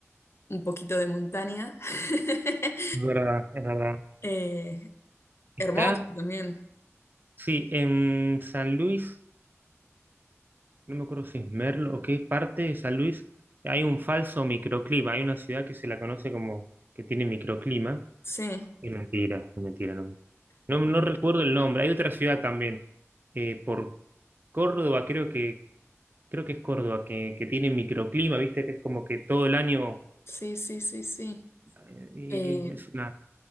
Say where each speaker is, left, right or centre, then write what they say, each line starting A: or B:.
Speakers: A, on the left; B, on the right.
A: un poquito de montaña. <laughs>
B: es verdad, es verdad.
A: Eh,
B: Está,
A: hermoso también.
B: sí, en San Luis, no me acuerdo si es Merlo o qué parte de San Luis, hay un falso microclima. Hay una ciudad que se la conoce como que tiene microclima.
A: Sí,
B: Es mentira, es mentira, no. No, no recuerdo el nombre. Hay otra ciudad también, eh, por Córdoba, creo que, creo que es Córdoba, que, que tiene microclima, viste, que es como que todo el año
A: sí, sí, sí, sí.
B: eh,
A: Eh,
B: es una,